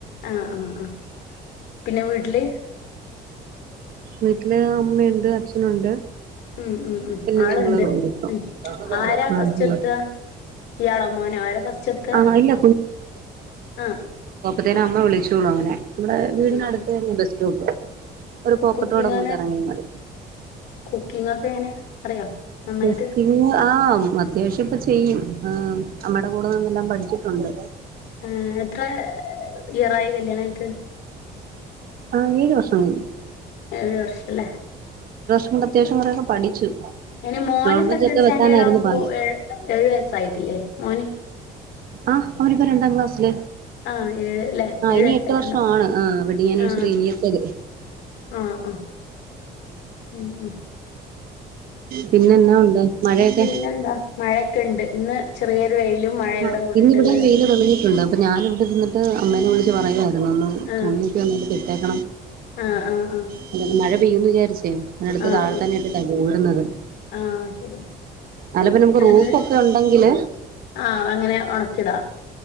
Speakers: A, on the left (about 85°); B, on the right (about 60°).
A: ആ ആ ആ പിന്നെ വീട്ടില്
B: വീട്ടില് അമ്മയുണ്ട് അച്ഛനുണ്ട്
A: ഉം ഉം ഉ
B: പിന്നെ
A: ആളുണ്ട്
B: ഞങ്ങള് ഉള്ളെത്തും
A: ഉ ആരാ ഫസ്റ്റ്
B: ആഹ്
A: എത്ത ഇയാളോ മോനോ ആരാ ഫസ്റ്റ് എത്ത
B: ആഹ് ഇല്ല
A: ആഹ
B: അതിനെ അമ്മ വിളിച്ചോളു അവനെ നമ്മടെുടെ വീടിനടുത്ത്
A: ആഹ്
B: തന്നെ ബസ് സ്റ്റോപ്പ് ഒരു
A: കുക്കിങ്ങ
B: റോഡ് അങ്ങോട്ട് ഇറങ്ങിയാ മതി
A: കുക്കിംഗ് ഒക്കെങ്ങ അറിയോ നന്നായിട്ട്
B: കുക്കിംഗ് ആഹ അത്യാവശ്യം ഇപ്പ ചെയ്യും നമ്മടെ കൂടെ നിന്നെല്ലാം പഠിച്ചിട്ടുണ്ട്
A: ആ എത്ര ഇയറായി കല്യാണട്ട്
B: ആഹ ഏഴ് വർഷം കഴിഞ്ഞ്
A: ഏഴ് വർഷല്ലേ
B: അത് കൊണ്ട് അത്യാവശംൂറൊക്കെ പഠിച്ചു
A: ഇനി മോന്
B: നോൺ വെജ്
A: സെക്കൻഡ്
B: ഒക്കെ
A: സ്റ്റാൻഡേർഡ്
B: വെക്കാനായിരുന്നു
A: ആകുമ്പോ
B: പാട്
A: ഏഴു വയസ്സായിട്ടില്ലേ മോന്ന്
B: ആഹ് അവനിപ്പോ രണ്ടാം ക്ലാസ്സില്
A: ആഹ് ഏഴ് ല്ലേ
B: ആ
A: ഏഴു
B: ഇനി
A: വയസ്സായിട്ടുണ്ടാവും
B: എട്ട് വർഷാണ് ആ വെഡ്ഡിംഗ് അന്നിവേഴ്സറി
A: ആഹ്
B: ഇനിയത്തത്
A: ആഹ് ആഹ് ഉം ഉം
B: പിന്നെ എന്നാ ഉണ്ട് മഴയൊക്കെ
A: പിന്നെന്താ മഴയൊക്കെ ഉണ്ട് ഇന്ന് ചെറിയൊരു വെയിലും മഴയുടെ
B: ആ
A: കൂടിയിട്ടുള്ള
B: ഇന്നിവിടെ
A: ദിവസം
B: വെയിയില് തെളഞ്ഞിട്ടുണ്ട് അപ്പൊ ഞാാനിവിടെ ന്നിട്ട് അമ്മേനെ വിളിച്ചച്ച് പറയമായിരുന്നു ഒന്ന്
A: ആഹ്
B: തുണിയൊക്കെന്ന് ഇടേക്കണം
A: ആഹ് ആഹ് ആഹ്
B: <unintelligible> മഴ പെയൂന്ന് വിചാരിച്ചേ അടുത്ത
A: ആഹ്
B: താഴെന്നായിട്ടാ പോ- അ വുന്നത്
A: ആഹ് ശരി
B: അല്ലങ്കിൽ നമുക്ക്
A: ഇന്ന്
B: റൂഫൊ ക്കെ ഉണ്ടെങ്കിൽ ഏ
A: ആഹ് അങ്ങനെ ഉണക്കിടാ